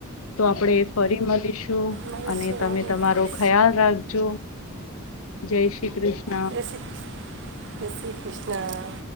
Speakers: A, on the left (about 70°); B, on the right (about 60°).
A: તો આપણે એ ફરી મળીશું.
B: મારે
A: અને
B: શું
A: તમે
B: જય
A: તમારો
B: શ્રી
A: ખ્યાલ રાખજો. જો જય શ્રી કૃષ્ણ.
B: જય શ્રીૃણ જય શ્રી કૃષ્ણ.